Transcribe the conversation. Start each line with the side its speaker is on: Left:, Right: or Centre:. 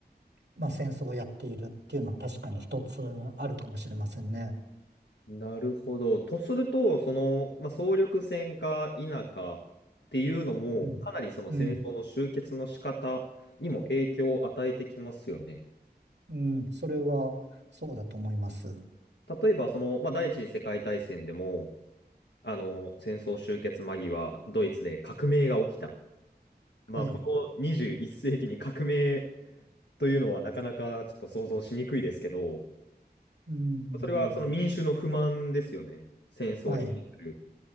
Right: まあ、戦争をやっているっていうのは確かに一つあるかもしれませんね。
Left: なるほど。とすると、その、まあ、総力戦か否かっていうのも、
Right: うん。
Left: かなりその戦争の終結の仕方にも影響を与えてきますよね。
Right: うん。うん。それは、そうだと思います。
Left: 例えば、その、まあ、第一次世界大戦でも、あの、戦争終結間際、ドイツで革命が起きた。まあ、
Right: はい。
Left: この21世紀に革命というのはなかなかちょっと想像しにくいですけど、
Right: うん。
Left: それはその民衆の不満ですよね。戦争に対する。
Right: はい。